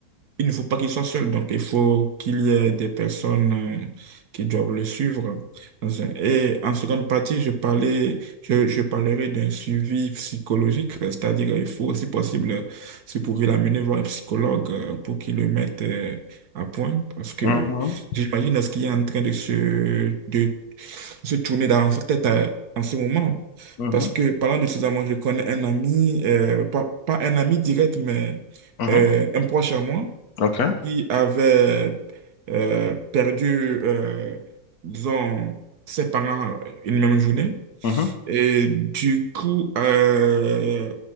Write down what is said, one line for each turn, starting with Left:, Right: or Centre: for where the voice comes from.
Right: il ne faut pas qu'il soit seul, donc il faut qu'il y ait des personnes euh, qui doivent le suivre. Dans un- Et en seconde partie, je parlais, je, je parlerai d'un suivi psychologique, c'est-à-dire il faut, si possible, si vous pouvez l'amener voir un psychologue euh, pour qu'il le mette euh, à point, parce que
Left: Mhm,
Right: j'imagine ce qui est en train de se, de se tourner dans sa tête euh, en ce moment.
Left: mhm,
Right: Parce que parlant de ces amants, je connais un ami, euh, pas, pas un ami direct, mais
Left: mhm,
Right: euh, un proche à moi
Left: ok,
Right: qui avait euh, perdu, euh, disons, ses parents euh, une même journée.
Left: mhm.
Right: Et du coup, euh,